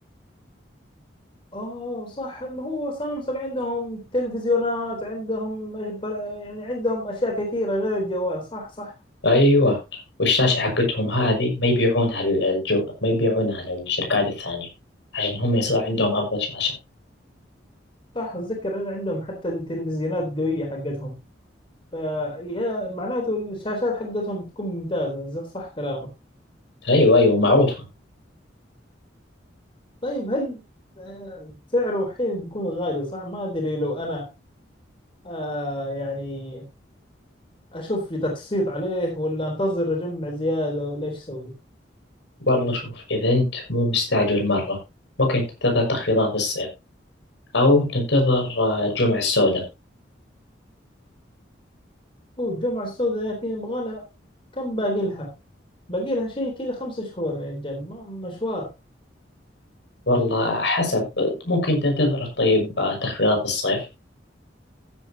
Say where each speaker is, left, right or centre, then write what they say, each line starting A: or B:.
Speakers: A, on the left; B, on the left.
A: اوه صح ما هو سامسونج عندهم تلفزيونات عندهم إيه بر- يعني عندهم اشياء كثيره غير الجوال صح صح
B: أيوة والشاشة حقتهم هذه ما يبيعونها للجو... ما يبيعونها للشركات الثانية عشان هم يصير عندهم أفضل شاشة
A: صح اتذكر ان عندهم حتى التلفزيونات قويه حقتهم فيا معناته الشاشات حقتهم تكون ممتازه ز- صح كلامك
B: أيوة أيوة معروفة
A: طيب هل آه، سعره حين بيكون غالي صح ما ادري لو انا آه يعني اشوف لي تقسيط عليه ولا انتظر اجمع زياده ولا ايش اسوي
B: والله شوف إذا أنت مو مستعجل مرة ممكن تنتظر تخفيضات الصيف أو تنتظر آه، الجمعة السوداء
A: هو الجمعه السوداء لكن يبغى لها كم باقي لها باقي لها شيء كذا خمسة شهور يا رجال ما- مشوار
B: والله حسب ممكن تنتظر طيب آه، تخفيضات الصيف